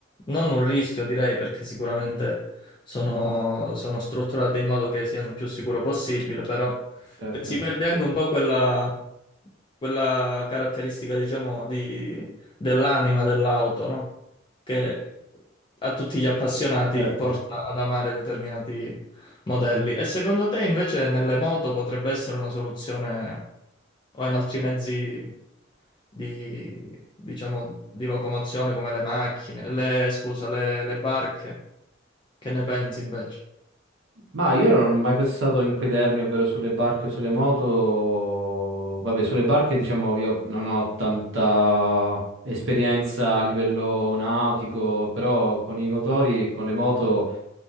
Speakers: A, on the left; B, on the right.
A: non un rischio, direi, perché sicuramente sono, sono strutturate in modo che siano il più sicuro possibile, però
B: Certo,
A: pe- si perde anche un po' quella, quella caratteristica, diciamo, di- dell'anima dell'auto, no? Che a tutti gli appassionati
B: certo.
A: porta ad amare determinati modelli. E secondo te invece nelle moto potrebbe essere una soluzione o in altri mezzi di, diciamo, di locomozione come le macchine, le, scusa, le, le barche? Che ne pensi invece?
B: Ma io non ho mai pensato in quei termini, ovvero sulle barche o sulle moto. Vabbè, sulle barche, diciamo, io non ho tanta esperienza a livello nautico, però con i motori, con le moto,